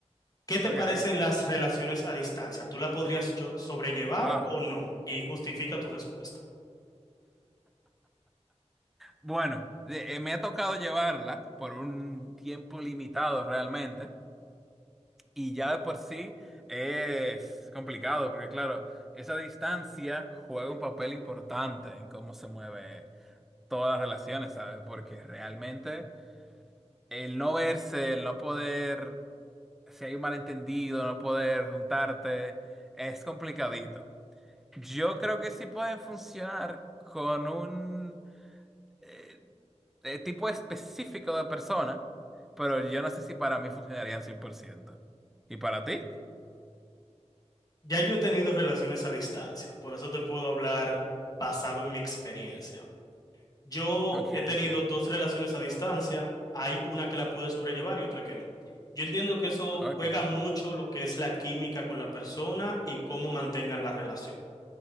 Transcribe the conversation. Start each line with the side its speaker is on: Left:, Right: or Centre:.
Left: ¿Qué te
Centre: Ok,
Left: parecen
Centre: ok.
Left: las relaciones a distancia? ¿Tú la podrías cho- sobrellevar
Centre: Wow.
Left: o no? Y justifica tu respuesta.
Centre: Bueno, de- eh, me ha tocado llevarla por un tiempo limitado realmente. Y ya de por sí es complicado, porque claro, esa distancia juega un papel importante en cómo se mueve todas las relaciones, ¿sabes? Porque realmente el no verse, el no poder si hay un malentendido, no poder juntarte, es complicadito. Yo creo que sí pueden funcionar con un eh, eh, tipo específico de persona, pero yo no sé si para mí funcionarían 100%. ¿Y para ti? <laughs>
Left: Ya yo he tenido relaciones a distancia, por eso te puedo hablar basado en mi experiencia. Yo
Centre: Ok,
Left: he tenido
Centre: ok,
Left: dos relaciones a distancia, hay una que la pude sobrellevar y otra que no. Yo entiendo que eso
Centre: ok,
Left: juega mucho lo que es la química con la persona y cómo mantengan la relación.